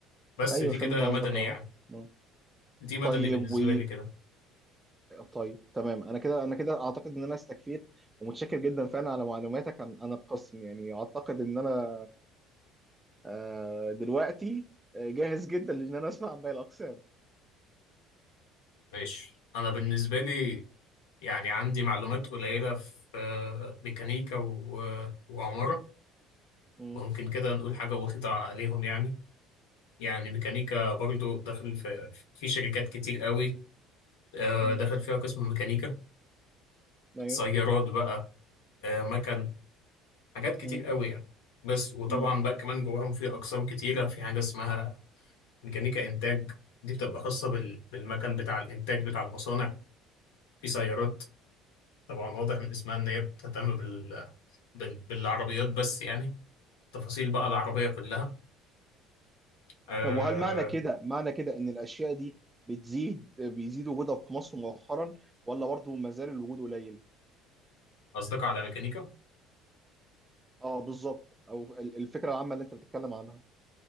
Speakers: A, on the left; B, on the right.
A: بس
B: ايوه
A: دي
B: فهمت
A: كده
B: قصدك
A: مدني
B: اه
A: يعني
B: مم.
A: دي مدني
B: طيب
A: بالنسبه
B: و
A: لي كده
B: طيب تمام انا كده انا كده اعتقد ان انا استكفيت ومتشكر جدا فعلا على معلوماتك عن عن القسم يعني اعتقد ان انا آه، دلوقتي آه، جاهز جدا لان انا اسمع باقي الاقسام
A: ماشي انا بالنسبه لي يعني عندي معلومات قليله في آه، ميكانيكا و- وعماره
B: مم.
A: ممكن كده نقول حاجه بسيطه عليهم يعني يعني ميكانيكا برضو
B: مم.
A: داخل في في شركات كتير قوي آه،
B: مم.
A: دخل فيها قسم ميكانيكا
B: ايوه
A: سيارات بقى آه، مكن حاجات كتير
B: مم.
A: قوي يعني بس وطبعا
B: مم.
A: بقى كمان جواهم في اقسام كتيره في حاجه اسمها ميكانيكا انتاج دي بتبقى خاصه بال... بالمكن بتاع الانتاج بتاع المصانع في سيارات طبعا واضح من اسمها ان هي بتهتم بال... بال... بالعربيات بس يعني تفاصيل بقى العربيه كلها آه،
B: طب وهل معنى كده معنى كده ان الاشياء دي بتزيد بيزيد وجودها في مصر مؤخرا ولا برضه ما زال الوجود قليل؟
A: قصدك على ميكانيكا
B: اه بالظبط او ال- الفكره العامه اللي انت بتتكلم عنها